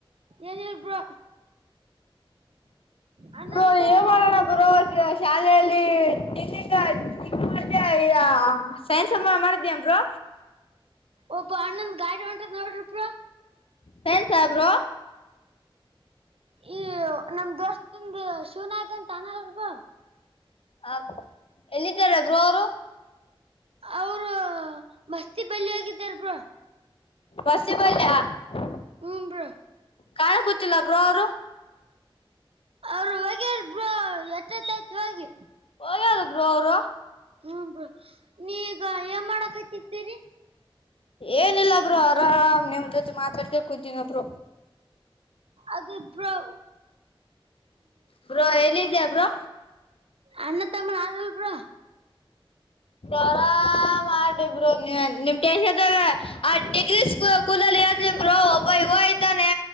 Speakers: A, on the right; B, on the left.
A: ಏನಿಲ್ ಬ್ರೋ. ಅಣ್ಣಂದು
B: ಬ್ರೋ ಏನ್ ಮಾಡೋಣ
A: ಎಂಟ
B: ಬ್ರೋ ಶಾಲೆಯಲ್ಲಿ <unintelligible> <unintelligible> ಮಾಡ ಸೈನ್ಸೆಂಬ ಮಾಡ್ದ್ಯಾಂ ಬ್ರೊ.
A: ಒಬ್ಬ ಅಣ್ಣಂದ್ ಗಾಡಿ ಹೊಂಟದ್ ನೋಡ್ರಿ ಬ್ರೊ.
B: ಸೈನ್ಸಾ ಬ್ರೋ.
A: ಈ ನಮ್ ದೋಸ್ತಂದು ಶಿವನಾಯಕ ಅಂತ <unintelligible>
B: ಹ ಎಲ್ಲಿದ್ದಾರೆ ಬ್ರೋ ಅವ್ರು.
A: ಅವ್ರು ಮಸ್ತಿಬಲ್ಲಿಯಾಗಿದ್ದಾರ್ ಬ್ರೋ.
B: ಬಸ್ಸಿ <unintelligible>
A: ಹುಂ ಬ್ರೊ.
B: ಕಾಣ ಕೂತಿಲ್ಲ ಬ್ರೋ ಅವ್ರು.
A: ಅವರು ಹೋಗ್ಯಾರ್ ಬ್ರೊ ಎಷ್ಟೊತ್ತಾಯ್ತು ಹೋಗಿ.
B: ಹೋಗ್ಯಾದ್ ಬ್ರೊ ಅವ್ರು.
A: ಹ್ಮ ಬ್ರೊ. ನೀ ಈಗ ಏನ್ ಮಾಡಕತ್ತಿದ್ದೀರಿ?
B: ಏನಿಲ್ಲ ಬ್ರೋ ಆರಾಮ್ ನಿಮ್ ಜೊತೆ ಮಾತಾಡ್ಕ್ಯನ್ ಕುಂತೀನಿ ಬ್ರೊ.
A: ಅದು ಬ್ರೊ.
B: ಬ್ರೊ ಎಲ್ಲೀದ್ಯಾ ಬ್ರೊ?
A: ಅ್ಣಣ್ಣ ತಮ್ಮ ಆರಲ್ಬ್ರೊ.
B: ಆರಾಮ ಆದಿಬ್ರೊ ನೀ ನಿಮ ಟೆನ್ಶನ್ ತೋಬ್ಯ ಆ ಟಿಗ್ರೀ ಸ್ಕೂಲ್ ಕೂಲಲ್ಲಿ ಹೇಳ್ತೀನ್ ಬ್ರೊ ಒಬ್ಬ ಇವ ಇದ್ದಾನೆ